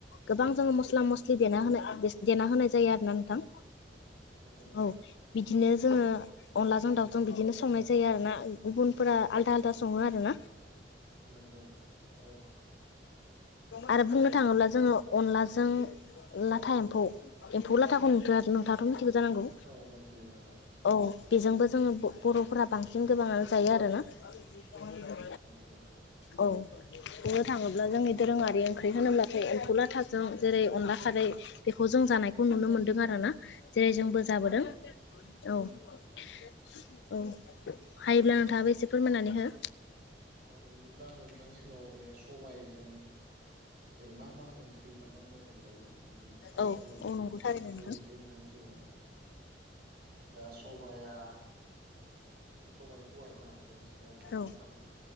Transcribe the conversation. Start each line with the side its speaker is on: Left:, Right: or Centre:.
Left: गोबां जोङो मस्ला
Right: नंगौ
Left: मस्लि देना होनाय देना होनाय जायो आरोना नोंथां
Right: नंगौ नोंथां
Left: औ बिदिनो जोङो अनलाजों दावजों बिदिनो संनाय जायो आरो ना गुबुनफोरा आलदा आलदा सङो आरो <unintelligible>
Right: नोंगौ औ
Left: आरो बुंनो
Right: दा
Left: थाङोब्ला जोङो अनलाजों लाथा एम्फौ एम्फौ लाथाखौ नुदो आरो नोंथाङाथ' मिथिगौ जानांगौ
Right: औ मोनथियो नोंथां
Left: औ बेजोंबो जोङो ब-बर'फोरा बांसिन गोबाङानो जायो आरोना <inaudible>
Right: नोंगौ नोंथां
Left: औ बुंनो थाङोब्ला जोंनि दोरोङारि ओंख्रि होनोब्लाथाय एम्फौ लाथों जेरै अनला खारै बेखौ जों जानायखौ नुनो मोनदों आरो ना जेरै जोंबो जाबोदों
Right: औ
Left: औ औ हायोब्ला नोंथाङाबो एसे फोरमायनानै
Right: नंगौ
Left: हो
Right: औ बिदिब्ला आं नोंथांनि सिगाङाव बे सबायजों जों मा मा ओंख्रि बा मा मा बेदर जायो बे
Left: औ
Right: सोमोन्दै
Left: औ
Right: नोंथां
Left: नंगौ
Right: एसेसो
Left: थारैनो
Right: बुंनोसै
Left: नोंथां
Right: नोंथांनि सिगाङाव। दा सबाया सबायाइखौ आरोना जों सिगांग्रो
Left: औ
Right: मा खालामो